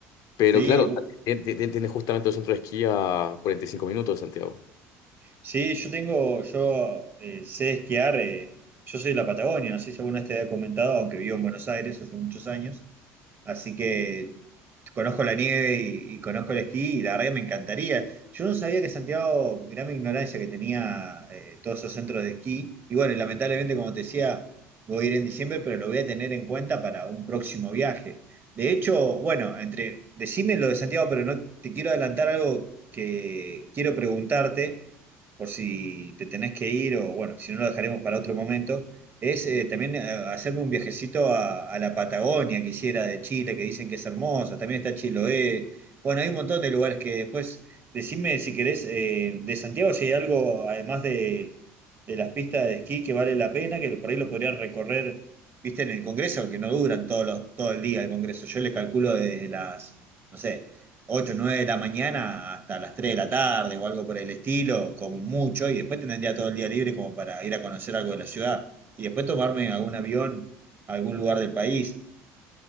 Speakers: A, on the left; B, on the right.
A: Pero
B: Sí,
A: claro, tien- tien- tienes justamente el centro de esquí a 45 minutos de Santiago.
B: Sí, yo tengo, yo eh, sé esquiar, eh, yo soy de la Patagonia, no sé si alguna vez te había comentado, aunque vivo en Buenos Aires hace muchos años, así que conozco la nieve y, y conozco el esquí y la verdad que me encantaría. Yo no sabía que Santiago, mirá mi ignorancia, que tenía eh, todos esos centros de esquí, y bueno, y lamentablemente como te decía, voy a ir en diciembre, pero lo voy a tener en cuenta para un próximo viaje. De hecho, bueno, entre, decime lo de Santiago, pero no te quiero adelantar algo que quiero preguntarte por si te tenés que ir o bueno, si no lo dejaremos para otro momento, es eh, también eh, hacerme un viajecito a, a la Patagonia, quisiera, de Chile, que dicen que es hermosa, también está Chiloé, bueno, hay un montón de lugares que después, decime si querés, eh, de Santiago si hay algo, además de, de las pistas de esquí, que vale la pena, que por ahí lo podrían recorrer, viste, en el Congreso, que no duran todos los, todo el día el Congreso, yo le calculo desde las, no sé 8 9 de la mañana hasta las 3 de la tarde o algo por el estilo, como mucho, y después tendría todo el día libre como para ir a conocer algo de la ciudad y después tomarme algún avión a algún lugar del país.